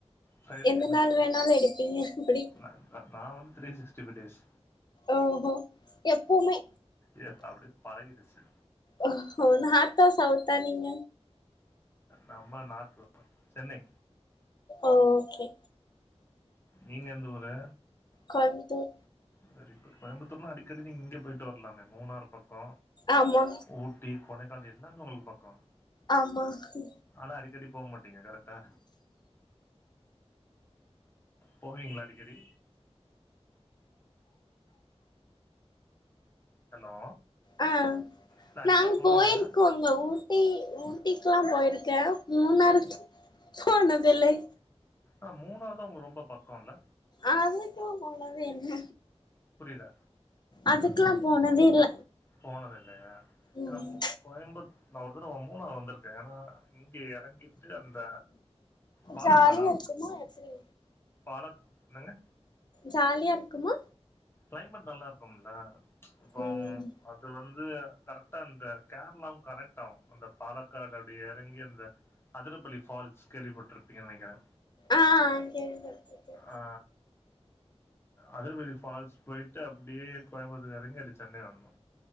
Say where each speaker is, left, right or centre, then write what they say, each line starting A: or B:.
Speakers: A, on the left (about 20°); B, on the left (about 40°).
A: ஃப்ரைடே
B: எந்த
A: என்ன
B: நாள் வேணாலு எடுப்பீங்க எப்டி
A: நா நா வந்து திரிசிக்ச்டிஃபைவ் டேஸ்
B: ஓ ஓ எப்பவுமே
A: ஏ அப்டி பழகிடுச்சு
B: ஓ ஓ நார்த்தா சவுத்தா நீங்க
A: நம்ம நார்த் தா சென்னை
B: ஓகே
A: நீங்க எந்த ஊரு
B: கோய்ம்த்தூர்
A: வெறி குட் கோயம்புத்தூர்னா அடிக்கடி நீங்க இங்க போயிட்டு வர்லாமே மூணாறு பக்கோ
B: ஆமா
A: ஊட் ஊட்டி கொடைக்கானல் எல்லாமே உங்ளுக்கு பக்கோ
B: ஆமாங்க
A: ஆனா அடிக்கடி போமாட்டீங்க கரட்டா போவீங்ளா அடிக்கடி ஹலோ
B: அ
A: இல்ல அடிக்கடி
B: நாங்க
A: போவீங்களா
B: போயிருக்கோ இங்க ஊட்டி ஊட்டிக்லா போயிருக்கே மூணாறுக் போனதில்லை
A: ஆ மூணாருதா உங்க ரொம்ப பக்கோ இல்ல
B: அதுக்கு போனதே இல்ல
A: புரியல
B: அதுக்கெலா போனதே இல்ல
A: போனதில்லயா ஏன்னா
B: ம்
A: கோயம்பத் நா ஒருத்தடவ மூணாறு வந்திருக்கே ஏன்னா இங்க இறங்கிட்டு அந்த பாலக்காடா
B: ஜாலியா இருக்குமா எப்டி
A: பாலத் என்னங்க
B: ஜாலியா இருக்குமா
A: கிளைமேட் நல்லா இருக்கும்ல ச் இப்போ
B: ம்
A: அது வந்து கரெக்டா அந்த கேரளாவு கணக்ட்டாவு அந்த பாலக்காடு அப்டி எறங்கி அந்த அதிரபல்லி ஃபால்ஸ் கேள்விப்பட்டிருப்பீங்க நெனைக்கிறே
B: ஆ கேள்விப்பட்ருக்கே
A: அ அதிரபல்லி ஃபால்ஸ் போயிட்டு அப்டியே கோயம்புத்தூர் எறங்கி அப்டி சென்னை வந்தோ